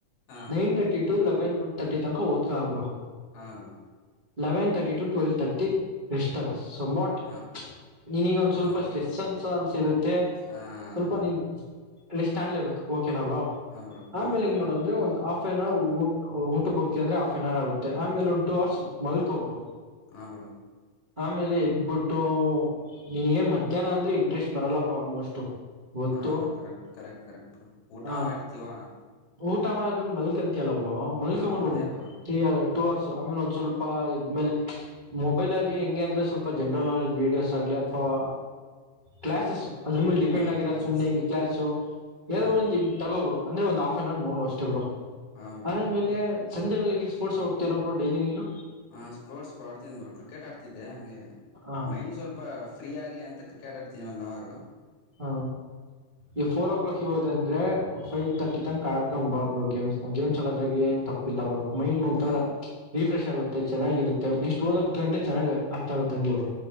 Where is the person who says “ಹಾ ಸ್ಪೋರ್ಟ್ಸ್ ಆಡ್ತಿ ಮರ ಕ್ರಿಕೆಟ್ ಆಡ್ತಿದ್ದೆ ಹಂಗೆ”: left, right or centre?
Left